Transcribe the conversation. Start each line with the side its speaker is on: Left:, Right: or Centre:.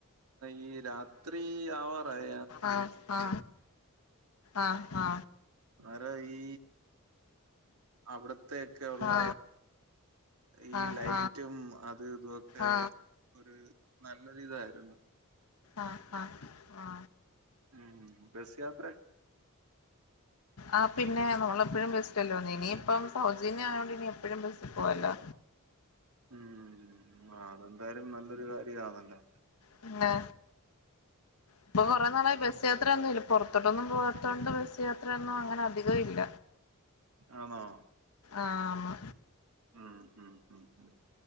Right: ഈ രാത്രി ആവാറായ
Left: ആ ആ ആ ആ
Right: താ ഈ അവിടത്തെക്കെ ഉള്ള
Left: ആഹ് ആഹ്
Right: ഈ
Left: ആഹ് ആഹ്
Right: ലൈറ്റും അത് ഇതുംഒക്കെ
Left: ആഹ്
Right: ഒരു നല്ലൊരി ഇതായിരുന്നു
Left: ആ ആ ആ
Right: ഉം ബസ് യാത്ര
Left: ആ പിന്നെ നമ്മളെപ്പോഴും ബസ്സിലല്ലേവന്നിനു ഇനിയിപ്പം സൗജന്യം ആയതൊണ്ട് ഇനി എപ്പഴും ബസ്സിൽ പോവല്ലോ
Right: ഉം ആ അതെന്തായാലും നല്ലൊരു കാര്യ ണല്ലോ
Left: പിന്നെ ഇപ്പൊ കൊറെ നാളായി ബസ് യാത്രയൊന്നും ഇല്ല പുറത്ത് തത്തൊട്ടൊന്നും പോവാത്തോണ്ട് ബസ് യാത്രയൊന്നും അങ്ങനെ അധികം ഇല്ല
Right: ആണോ
Left: ആണ്
Right: ഉം ഉം ഉം ഉം